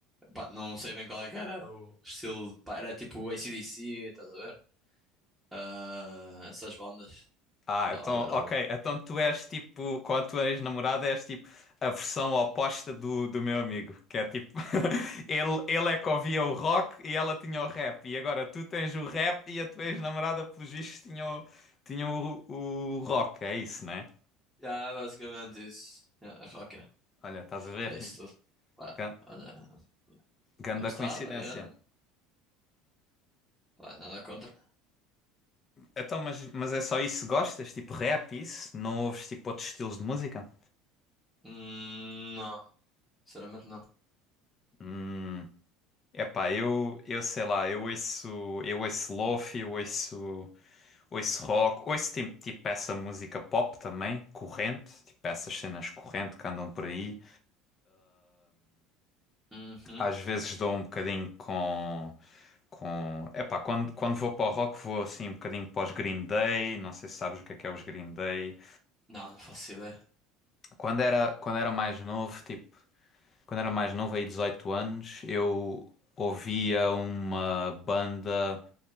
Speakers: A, in the centre; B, on the left.
A: Pá, não sei bem qual é que era o estilo. Pá, era tipo AC/DC, estás a ver? Ah, essas bandas.
B: Ah,
A: Pá,
B: então,
A: ela adorava.
B: ok. Então tu és tipo, com a tua ex-namorada, és tipo a versão oposta do, do meu amigo, que é tipo, <laughs> ele, ele é que ouvia o rock e ela tinha o rap, e agora tu tens o rap e a tua ex-namorada, pelos vistos, tinha, o, tinha o, o rock, é isso, né?
A: Já, basicamente isso. É, é rock, é.
B: Olha, estás a ver?
A: É isso tudo. Pá,
B: Gan-
A: olha,
B: Ganda
A: ela gostava
B: coincidência.
A: e olha, pá, nada contra.
B: Então, mas, mas é só isso que gostas? Tipo rap, isso? Não ouves tipo outros estilos de música?
A: Hum, não, sinceramente não.
B: Hum, epá, eu, eu sei lá, eu ouço, eu ouço lofi, eu ouço. Ouço rock, ouço tipo, tipo essa música pop também, corrente, tipo essas cenas corrente que andam por aí.
A: Uhum.
B: Às vezes dou um bocadinho com. com... Epá, quando, quando vou para o rock vou assim um bocadinho para os Green Day, não sei se sabes o que é que é os Green Day.
A: Não, não faço ideia.
B: Quando era, quando era mais novo, tipo, quando era mais novo, aí 18 anos, eu ouvia uma banda